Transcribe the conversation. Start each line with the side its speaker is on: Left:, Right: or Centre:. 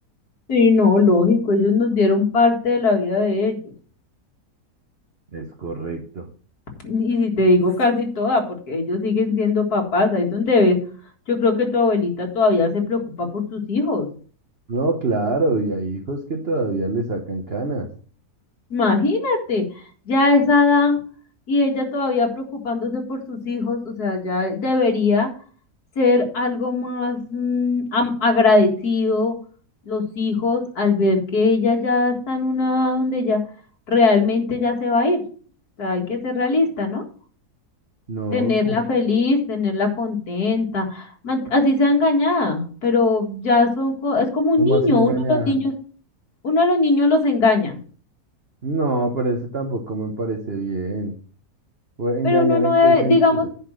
Left: Sí, no, lógico, ellos nos dieron parte de la vida de ellos.
Right: Es correcto.
Left: Y si te digo casi toda, porque ellos siguen siendo papás, ahí es donde ves, yo creo que tu abuelita todavía se preocupa por sus hijos.
Right: No, claro, y hay hijos que todavía le sacan canas.
Left: Imagínate, ya a esa edad y ella todavía preocupándose por sus hijos, o sea, ya debería ser algo más mm, am- agradecido los hijos al ver que ella ya está en una edad donde ya realmente ya se va a ir. O sea, hay que ser realista, ¿no?
Right: No,
Left: tenerla
Right: ¿cómo,
Left: feliz, tenerla contenta, man- así sea engañada, pero ya son, co- es como
Right: cómo
Left: un niño,
Right: así engañar?
Left: uno de los niños, uno de los niños los engaña,
Right: No, pero eso tampoco me parece bien. Pues, ¿Engañar
Left: pero uno no
Right: en
Left: debe,
Right: qué sentido?
Left: digamos,